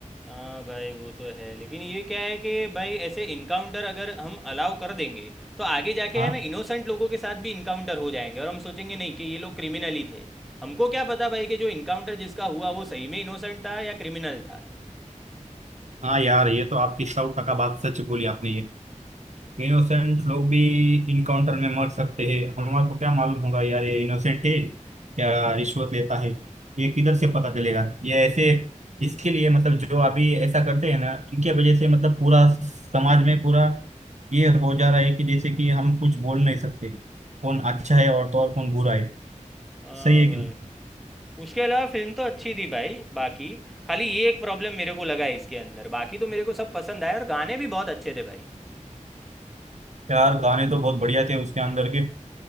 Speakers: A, in the centre; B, on the right.
A: हाँ भाई वो तो है लेकिन ये क्या है कि भाई ऐसे इनकाउंटर अगर हम अलाउ कर देंगे तो आगे जाके
B: हाँ
A: है ना इनोसेंट लोगों के साथ भी इनकाउंटर हो जाएंगे और हम सोचेंगे नहीं कि ये लोग क्रिमिनल ही थे हमको क्या पता भाई कि जो इनकाउंटर जिसका हुआ वो सही में इनोसेंट था या क्रिमिनल था
B: हाँ यार ये तो आपकी सौ टका बात सच बोली आपने ये इनोसेंट लोग भी इनकाउंटर में मर सकते हैं हमारे को क्या मालूम होगा यार ये इनोसेंट है या रिश्वत लेता है ये किधर से पता चलेगा ये ऐसे इसके लिए मतलब जो अभी ऐसा करते हैं ना इनके वजह से मतलब पूरा समाज में पूरा ये हो जा रहा है कि जैसे कि हम कुछ बोल नहीं सकते कौन अच्छा है और तो और कौन बुरा है
A: हाँ
B: सही है
A: भाई
B: कि नहीं
A: उसके अलावा फिल्म तो अच्छी थी भाई बाकी खाली ये एक प्रॉब्लम मेरे को लगा है इसके अंदर बाकी तो मेरे को सब पसंद आया और गाने भी बहुत अच्छे थे भाई
B: यार गाने तो बहुत बढ़िया थे उसके अंदर के